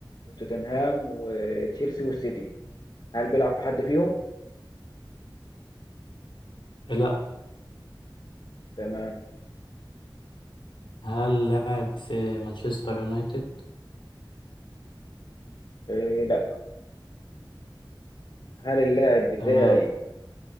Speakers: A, on the left (about 50°); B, on the left (about 70°).
A: وتوتنهام وتشيلسي والسيتي هل بيلعب في حد فيهم؟
B: لا
A: تمام
B: هل لاعب في مانشستر يونايتد
A: إيه لا هل اللاعب بتاعي
B: تمام